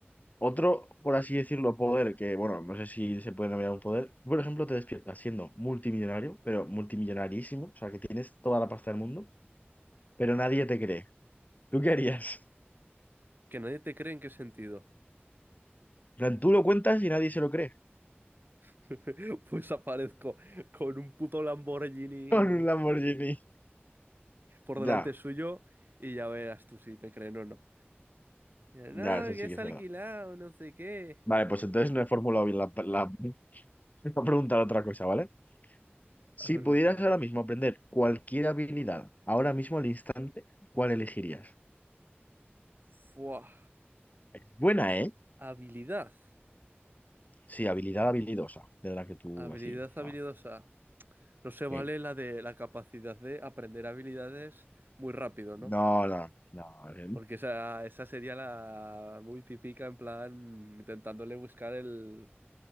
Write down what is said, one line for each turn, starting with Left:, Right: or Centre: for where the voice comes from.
Left: Otro, por así decirlo, poder que, bueno, no sé si se puede nombrar un poder. Por ejemplo, te despiertas siendo multimillonario, pero multimillonarísimo, o sea, que tienes toda la pasta del mundo, pero nadie te cree. ¿Tú qué harías?
Right: ¿Que nadie te cree en qué sentido?
Left: En plan, Tú lo cuentas y nadie se lo cree.
Right: <laughs> Pues aparezco con un puto Lamborghini
Left: <laughs> Con un Lamborghini.
Right: por
Left: Ya,
Right: delante suyo y ya verás tú si me creen o no. Mira,
Left: ya,
Right: no,
Left: eso
Right: que
Left: sí
Right: es
Left: que es
Right: alquilado,
Left: verdad.
Right: no sé qué.
Left: Vale, pues entonces no he formulado bien la, la, <laughs> la pregunta, otra cosa, ¿vale? Si
Right: A ver,
Left: pudieras
Right: cuéntame.
Left: ahora mismo aprender cualquier habilidad, ahora mismo al instante, ¿cuál elegirías?
Right: Fua.
Left: Es buena, ¿eh?
Right: Habilidad.
Left: Sí, habilidad habilidosa, de la que tú
Right: Habilidad
Left: así.
Right: habilidosa.
Left: ah,
Right: No se vale
Left: ok.
Right: la de la capacidad de aprender habilidades muy rápido, ¿no?
Left: No, no, no, el,
Right: Porque esa, esa sería la muy típica, en plan, intentándole buscar el,